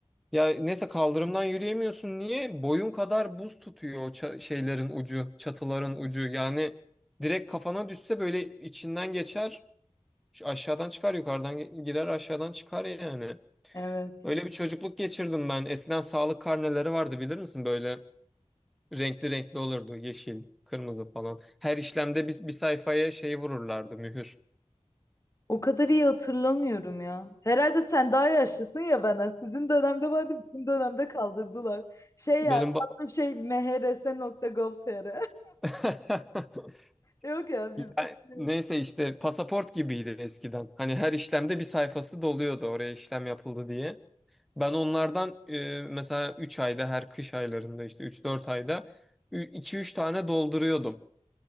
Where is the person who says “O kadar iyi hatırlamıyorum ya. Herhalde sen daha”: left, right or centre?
Left